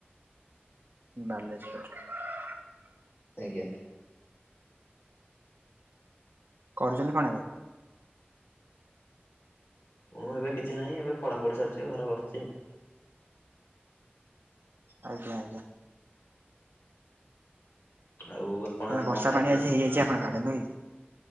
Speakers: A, on the right; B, on the left.
A: ବାଲେଶ୍ୱର।
B: ଆଜ୍ଞା,
A: କରୁଛନ୍ତି କଣ ଏବେ?
B: ମୁଁ ଏବେ କିଛି ନାହିଁ ଏବେ ପଢାପଢି ସରିଛି ଘରେ ବସିଛି ଆଉ
A: ଆଜ୍ଞା ଆଜ୍ଞା,
B: ଆଉ ଆପଣ
A: ତାହେଲେ
B: ଆଜି
A: ବର୍ଷା
B: କଣ ଖାଇଥିଲେ?
A: ପାଣି ଆଜି ହେଇଯାଇଛି ଆପଣଙ୍କ ଆଡେ ନୁହେଁ କି